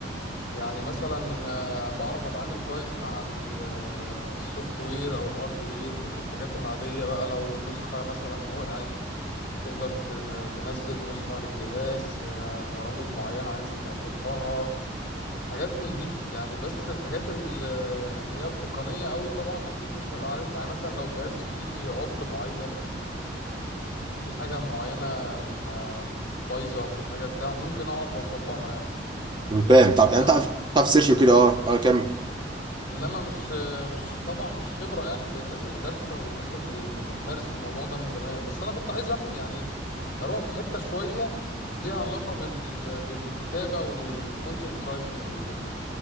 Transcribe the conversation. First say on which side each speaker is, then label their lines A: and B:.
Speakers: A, on the left; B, on the right.
A: يعني مثلا آه، بعرف اتعامل كويس مع ال- آه، السوفت وير او الهارد وير الحاجات العادية بقى لو النسخة مثلا وقعت تقدر تن- تنزل نسخة على الجهاز آه، برامج معينة عايز تحطها حاجات من دي يعني بس الحاجات ال- آه، اللي هي التقنية قوي طبعا اكيد مش هبقى عارفها يعني مثلا لو الجهاز فيه عطل معين في حاجة معينة ما- بايظة في حاجة بتاع ممكن اعرف اوصل لها يعني
B: فاهم طب
A: انما
B: انت تعرف تعرف سيرش وكده اه اه كمل
A: انما مش مش طبعا مش خبره يعني زي الناس اللي دارسه والناس اللي بتمارس الموضوع ده من زمان بس انا كنت عايز أح- يعني اروح في حته شويه ليها علاقه بال... بالكتابه والكونتنت رايتنج وكده